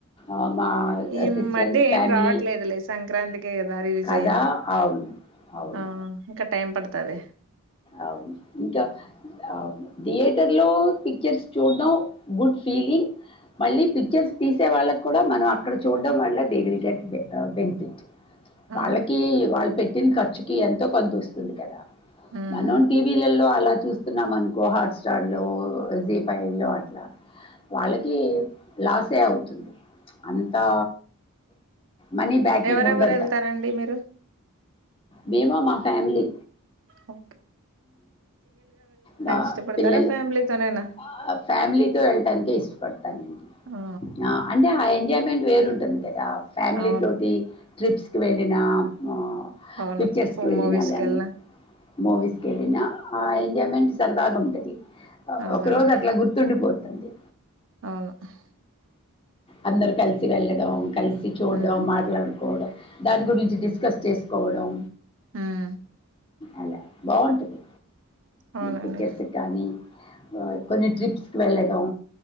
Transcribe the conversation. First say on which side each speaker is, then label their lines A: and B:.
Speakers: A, on the left (about 25°); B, on the right (about 60°).
A: ఆహ్, మా
B: ఈ
A: సిస్టర్
B: మధ్య ఏం
A: ఫ్యామిలీ
B: రావట్లేదులే సంక్రాంతికి దారిస్
A: కదా!
B: రే ఏంది
A: అవును. అవును.
B: ఆ ఇంకా టైం పడతాది పే
A: అవును ఇంకా ఇంకా అవును థియేటర్ లో పిక్చర్స్ చూడ్డం గుడ్ ఫీలింగ్. మళ్ళీ పిక్చర్స్ తీసే వాళ్ళకి కూడా మనం అక్కడ చూడడం వల్ల దే విల్ గెట్ బెనిఫిట్.
B: అవును
A: వాళ్ళకి వాళ్ళు పెట్ ట్టిన ఖర్చుకి ఎంతో కొంత వస్తుంది కదా
B: ఉమ్
A: మనం టీవీలల్ లో అలా చూస్తున్నాం అనుకో హాట్స్టార్ లో జీ ఫైవ్ లో అట్లా వాళ్ళకి లాసే అవుతుంది అంతా మనీ బ్యాకింగ్
B: ఎవరెవరు
A: ఉండదు
B: వెళ్తారండి
A: కదా
B: మీరు
A: మేము మా ఫ్యామిలీ
B: ఓ
A: మా
B: ఇష్టపడతారా
A: పిల్లలు
B: ఫ్యామిలీతోనేనా
A: ఆ ఫ్యామిలీతో వెళ్ళటానికే ఇష్టం. అండి
B: ఆ
A: ఆ అంటే ఆయన్ ఎంజాయ్మెంట్ వేరు ఉంటుంది రా ఫ్యామిలీ
B: అవును
A: తోటి ట్రిప్ కి వెళ్ళి నాప్మో
B: అవును
A: పిక్చర్స్ కి వెళ్ళినగాని
B: మూవీస్ కెళ్ళిన
A: మూవీస్ కేళ్ళినా ఆ ఎంజాయ్మెంట్ సరదాగా ఉంటది.
B: అవునండి
A: ఒక రోజు అట్లా గుర్తుండిపోత్ తందె
B: అవును హ్
A: అందరు కలిసి వెళ్ళడం కలిసి చూడ్డం
B: ఉమ్
A: మాట్లాడుకోవడం దాని గురించి డిస్కస్ చేసుకోవడం
B: ఉమ్
A: అలా బాగుంటది
B: అవునండి
A: పిక్చర్స్ కానీ కొన్ని ట్రిప్స్ వెళ్ళడం